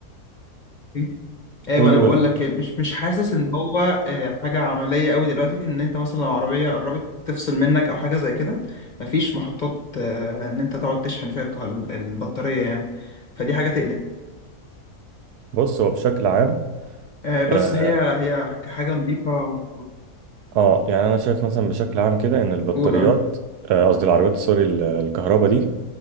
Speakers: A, on the left; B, on the right.
A: مش ايوه
B: قول
A: انا
B: قول
A: بقول لك مش مش حاسس ان هو آه، حاجه عمليه قوي دلوقتي ان انت مثلا لو عربيه قربت تفصل منك او حاجه زي كده مفيش محطات آه، ان انت تقعد تشحن فيها الكه- البطاريه يعني فدي حاجه تقلق
B: بص هو بشكل عام
A: آه، بس
B: آه،
A: هي هي كحاجه نظيفه
B: اه يعني انا شايف مثلا بشكل عام كده ان البطاريات
A: قول اه
B: آه، قصدي العربيات سوري ال- الكهرباء دي